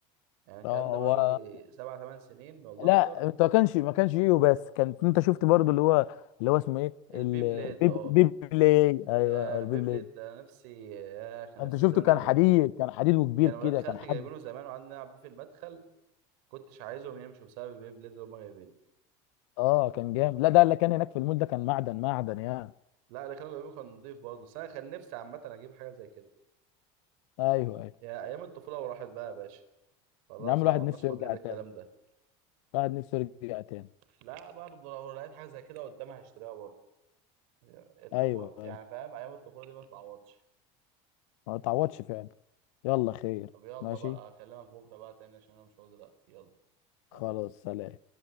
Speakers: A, on the right; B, on the left.
A: يعني الكلام
B: اه
A: ده
B: هو
A: بقاله جي- سبع ثمان سنين والله
B: لا
A: اكتر
B: انت ما كانش ما كانش فيه بس كان انت شفت برضو اللي هو اللي هو اسمه ايه
A: البي
B: البيب
A: بليد اه
B: بيبلي ايوه
A: يا
B: البيبلي
A: بي بليد ده نفسي يا كان
B: انت
A: نفسي
B: شفته
A: من زمان
B: كان
A: قوي
B: حديد كان حديد وكبير
A: كان
B: كده
A: ولاد خالتي
B: كان حجم
A: جايبينه زمان وقعدنا نلعب بيه في المدخل كنتش عايزهم يمشوا بسبب البي بليد اللي هم جايبينه
B: اه كان جامد لا ده اللي كان هناك في المول ده كان معدن معدن يعني
A: لا اللي كانوا جايبينه كان نضيف برضه بس انا كان نفسي عامه اجيب حاجه زي كده
B: ايوه ايوه
A: يا ايام الطفوله وراحت بقى يا باشا خلاص
B: يا عم
A: بقى
B: الواحد
A: ما عدناش
B: نفسه
A: فاضيين
B: يرجع
A: للكلام
B: تاني
A: ده
B: الواحد نفسه يرجع تاني
A: لا برضه لو لقيت حاجه زي كده قدامها هشتريها برضه الطفوله
B: ايوه ايوه
A: يعني فاهم ايام الطفوله دي ما تتعوضش
B: ما تعوضش فعلا يلا خير
A: طب يلا
B: ماشي
A: بقى اكلمك بكره بقى تاني عشان انا مش فاضي دلوقتي يلا سلام
B: خلاص سلام